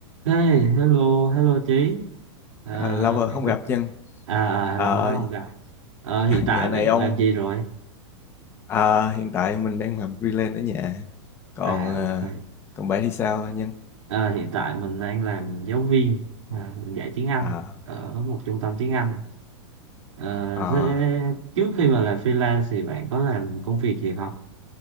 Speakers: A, on the right (about 80°); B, on the left (about 15°).
A: Hey, hello, hello Chí. À,
B: À, lâu rồi
A: bạn
B: không
A: có-
B: gặp Nhân.
A: à, à,
B: Ờ,
A: lâu quá không gặp. Ờ, hiện
B: <laughs>
A: tại
B: dạo này
A: bạn
B: ông
A: làm gì rồi?
B: à, hiện tại mình đang làm freelance ở nhà. Còn
A: À,
B: à,
A: ok.
B: còn bạn thì sao Nhân?
A: Ờ, hiện tại mình đang làm giáo viên, à, mình dạy tiếng Anh
B: À,
A: ở một trung tâm tiếng Anh. Ờ,
B: à,
A: thế trước khi mà làm freelance thì bạn có làm công việc gì không?